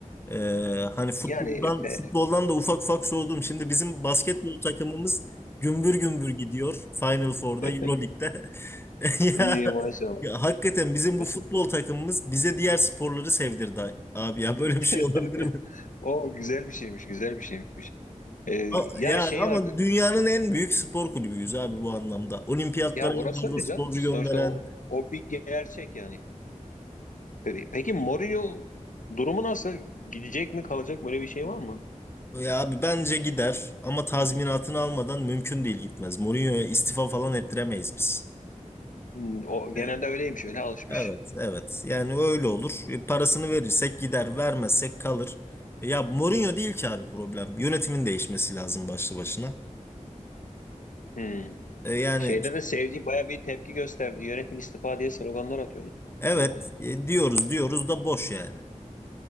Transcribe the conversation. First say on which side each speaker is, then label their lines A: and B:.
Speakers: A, on the left (about 20°); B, on the left (about 80°).
A: Ee, hani futboldan
B: Yani Efe.
A: futboldan da ufak ufak soğudum. Şimdi bizim basketbol takımımız gümbür gümbür gidiyor Final Four'da,
B: <laughs>
A: EuroLeague'de. <laughs> Ya,
B: İyi maşallah.
A: ya hakikaten bizim
B: Maşallah.
A: bu futbol takımımız bize diğer sporları sevdirdi abi ya. Böyle bir şey
B: <laughs>
A: olabilir mi?
B: O güzel bir şeymiş, güzel bir şeymiş. Ee,
A: A-
B: ya
A: Ya
B: şey
A: ama
B: vardı.
A: dünyanın en büyük spor kulübüyüz abi bu anlamda. Olimpiyatlara
B: Ya orası
A: en fazla
B: öyle
A: sporcu
B: canım. Sonuçta
A: gönderen,
B: o, o bir gerçek yani. Peki, peki Mourinho durumu nasıl? Gidecek mi kalacak mı? Öyle bir şey var mı?
A: Ya abi bence gider ama tazminatını almadan mümkün değil gitmez. Mourinho'ya istifa falan ettiremeyiz biz.
B: Hmm, o
A: Ee,
B: genelde öyleymiş. Öyle alışmış.
A: evet evet yani öyle olur. E, Parasını verirsek gider vermezsek kalır. E, Ya Mourinho değil ki abi problem. Yönetimin değişmesi lazım başlı başına.
B: Hmm.
A: E, yani
B: Şeyde
A: işte,
B: de seyirci baya bir tepki gösterdi. Yönetim istifa diye sloganlar atıyorlar.
A: evet
B: orada.
A: e, diyoruz diyoruz da boş yani.